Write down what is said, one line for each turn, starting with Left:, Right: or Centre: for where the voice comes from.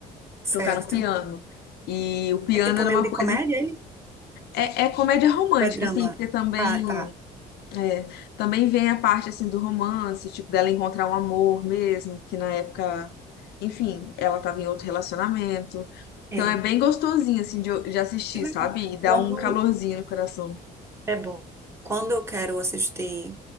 Right: Certo.
Left: tocar no piano. E o piano
Right: É tipo
Left: era
Right: meio
Left: uma
Right: de
Left: coisa.
Right: comédia, ele?
Left: É, é comédia romântica,
Right: Ou é drama?
Left: assim, porque também,
Right: Ah, tá.
Left: é, também vem a parte assim, do romance, tipo, dela encontrar um amor mesmo, que na época, enfim, ela estava em outro relacionamento.
Right: É.
Left: Então é bem gostosinho, assim, de, de assistir,
Right: Que legal.
Left: sabe? E dá
Right: Quando
Left: um calorzinho no coração.
Right: É bom. Quando eu quero assistir,